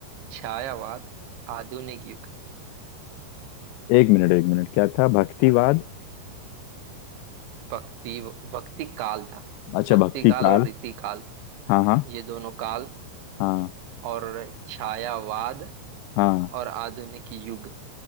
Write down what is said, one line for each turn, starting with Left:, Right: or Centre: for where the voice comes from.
Right: छायावाद आधुनिक युग
Left: एक मिनट एक मिनट क्या था भक्तिवाद
Right: भक्ति भक्ति काल था
Left: अच्छा
Right: भक्ति
Left: भक्ति
Right: काल
Left: काल
Right: और रीति काल
Left: हाँ हाँ
Right: ये दोनों काल
Left: हाँ
Right: और छायावाद
Left: हाँ
Right: और आधुनिक युग